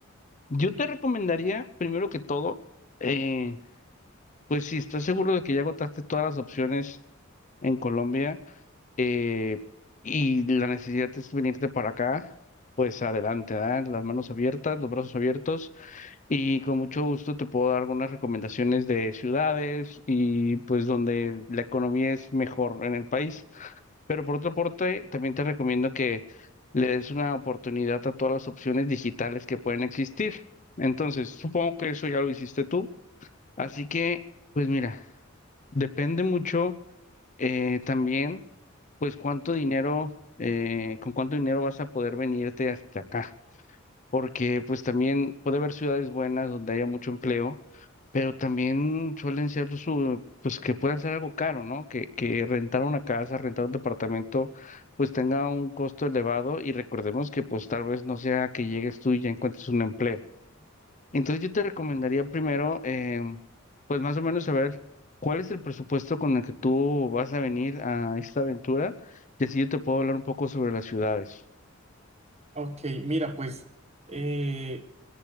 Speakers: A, on the left (about 35°); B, on the right (about 30°).
A: Yo te recomendaría, primero que todo, eh, Pues sí, estoy seguro de que ya agotaste todas las opciones en Colombia eh, y la necesidad es venirte para acá, pues adelante, ¿verdad? Las manos abiertas, los brazos abiertos y con mucho gusto te puedo dar algunas recomendaciones de ciudades y pues donde la economía es mejor en el país. Pero por otra parte, también te recomiendo que le des una oportunidad a todas las opciones digitales que pueden existir. Entonces, supongo que eso ya lo hiciste tú, así que... Pues mira, Depende mucho eh, también, pues cuánto dinero, eh, con cuánto dinero vas a poder venirte hasta acá, porque pues también puede haber ciudades buenas donde haya mucho empleo, pero también suelen ser su, pues que pueda ser algo caro, ¿no? Que, que rentar una casa, rentar un departamento, pues tenga un costo elevado y recordemos que pues tal vez no sea que llegues tú y ya encuentres un empleo. Entonces yo te recomendaría primero, eh, pues más o menos saber cuál es el presupuesto con el que tú vas a venir a esta aventura, y así yo te puedo hablar un poco sobre las ciudades.
B: Ok, mira, pues eh,